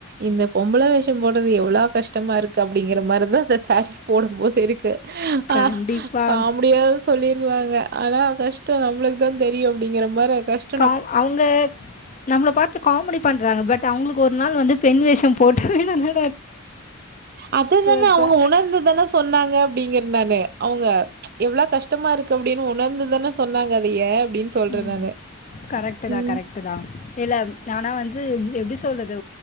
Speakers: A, on the right; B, on the left.
A: இந்த பொம்பள வேஷம் போட்றது எவுளோ கஷ்டமா இருக்கு அப்டிங் கிற மாரிதா இந்த சாரி போடும் போது இருக்கு அ
B: கண்டிப்பாக
A: காமிடியா சொல்லிருவாங்க ஆனா கஷ்டோ நம்ளுக்தா தெரியு அப்டிங்கிற மாரியா கஷ்
B: கவா அவுங்க நம்ள பாத்து காமடி பண்றாங்க பட் அவுங்களுக்கு ஒரு நாள் வந்து பெண் வேஷம் போட்டு விடுங்க
A: அததானே
B: அச்சோ
A: அவுங்க உணர்ந்துதானே சொன்னாங்க அப்டிங்கற நானு அவுங்க எவ்வள கஷ்டமா இருக்கு அப்டின்னு உணர்ந்துதானே சொன்னாங்க அதயே அப்டின்னு சொல்றேன்
B: ம்
A: நானு
B: கரெக்ட் தா
A: ம்
B: கரெக்ட் தா இல்ல ஆனா வந்து எப்டி சொல்றது